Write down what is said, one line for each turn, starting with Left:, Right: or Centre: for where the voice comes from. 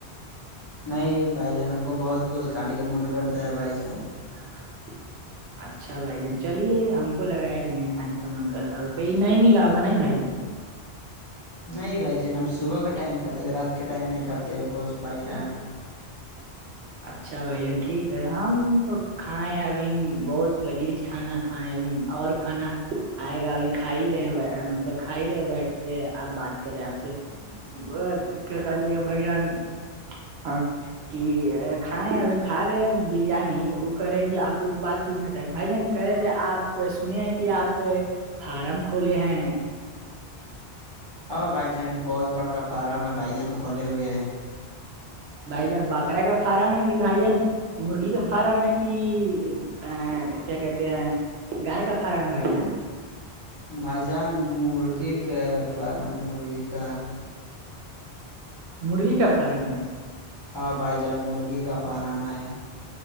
Left: نہیں بھائی جان ہم کو بہت گوش کھانے کا من کرتا ہے بھائی جان
Right: ہ بھائی اچھا بھائی جان چلیے ہم کو لگایا کہ نہیں کھان کا من کرتا ہوگا کہئی نہیں ملا ہوگا نہیں بھائی جان
Left: نہیں بھائی جان ہم صبح کا ٹائم کاتے رات کے ٹائم نہیں کاتے گوشت بھائی جان
Right: اچھا بھائی جان ٹھیک ہے ہم تو کھائے ابھی بہت لذیذ کھانا کھائے ابھی اور کھانا آئے گا اب کھا ہی رہے مطلب کھاائی رہے بیٹھ کے آپ بات کریں آپ سے کیا کہتی ہے بھائیشان ہاں کہ کھائےیں ہیں ابھی کھا رہے ہیں بریانی وہ کر رہے کہ آپ کو ایک بات پوچھنا تھا بھائی جان کہ رہے تھے آپ سنی ہیں کہ آپ فارم کھولے ہیں
Left: ہاں بھائی جان بہت بڑکا فارم ہے بھائی جان کھولے ہوئے ہیں
Right: بھائی جان بکرا کا فارم ہے کہ بھائی جان مرغی کا فارم ہے کہ ا کیا کہتے گائے کا فارم بائ جا
Left: بھائی جان مرغی کا فارم مرغی کا
Right: مرغی کا فارم ہے
Left: ہاں بھائی جان مرغی کا فارم ہے